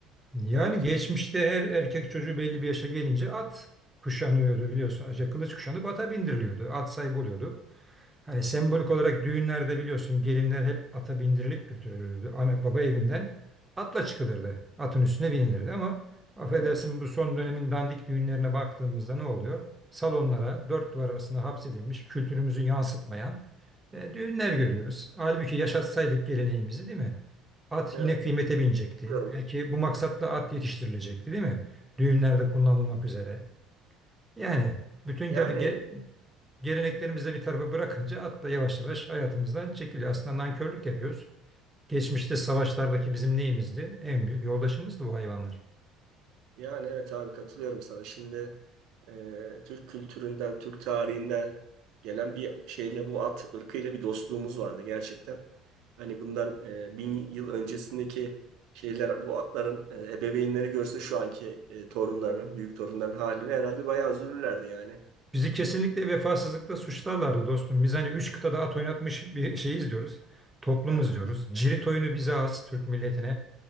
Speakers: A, on the right; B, on the right.
A: Yani
B: Yani Türk-
A: geçmişte her erkek çocuğu belli bir yaşa gelince at kuşanıyordu biliyorsun. Aca kılıç kuşanıp ata bindiriliyordu. At sahibi oluyordu. Hani sembolik olarak düğünlerde biliyorsun gelinler hep ata bindirilip götürülürdü. Ana baba evinden atla çıkılırdı. Atın üstüne binilirdi ama affedersin
B: evet
A: bu son dönemin dandik düğünlerine baktığımızda ne oluyor? Salonlara dört duvar arasında hapsedilmiş kültürümüzü yansıtmayan e, düğünler görüyoruz. Halbuki yaşatsaydık geleneğimizi değil mi? At
B: evet
A: yine kıymete binecekti.
B: biliyorum.
A: Belki bu maksatla at yetiştirilecekti değil mi? Düğünlerde kullanılmak üzere. Yani bütün
B: Yani
A: tabii ge- geleneklerimizi de bir tarafa bırakınca at da yavaş yavaş hayatımızdan çekiliyor. Aslında nankörlük yapıyoruz. Geçmişte savaşlardaki bizim neyimizdi? En büyük yoldaşımızdı bu hayvanlar.
B: Yani evet abi katılıyorum sana. Şimdi e, Türk kültüründen, Türk tarihinden gelen bir şeyle bu at ırkıyla bir dostluğumuz vardı gerçekten. Hani bundan e, bin yıl öncesindeki şeyler bu atların e, ebeveynleri görse şu anki e, torunların, büyük torunların haline herhalde bayağı üzülürlerdi yani.
A: Bizi kesinlikle vefasızlıkla suçlarlardı dostum. Biz hani üç kıtada at oynatmış bir şeyiz diyoruz. Toplumuz
B: Evet,
A: diyoruz. Cirit oyunu bize has Türk milletine.